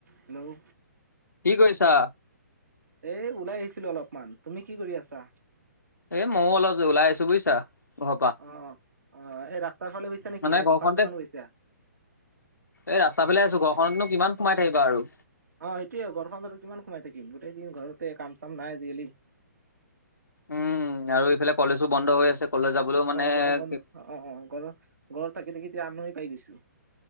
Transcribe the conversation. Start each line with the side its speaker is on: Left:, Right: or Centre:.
Right: Hello!
Left: কি কৰিছা?
Right: এ ওলাই আহিছিলো অলপমান, তুমি কি কৰি আছা?
Left: এ ময়ও অলপ ওলাই আহিছো বুজিছা? ঘৰৰ পৰা
Right: অ অ, অ এই ৰাস্তাৰ ফালে গৈছা নেকি
Left: মানে
Right: নে
Left: ঘৰখনতে
Right: দোকান - চোকান গৈছা?
Left: এই ৰাস্তাৰ ফালে আহিছো ঘৰখনত নো কিমান সোমাই থাকিবা আৰু।
Right: অ সেইটোয়ে ঘৰখন আৰু কিমান সোমাই থাকিম, গোটেই দিন ঘৰতে কাম - চাম নাই আজিকালি
Left: উম আৰু এইফালে কলেজো বন্ধ হৈ আছে, কলেজ যাবলৈও মানে
Right: গৰম বন্ধ
Left: কে
Right: অ অ অ ঘৰত- ঘৰত থাকি- থাকি এতিয়া আমনি পাই গৈছো।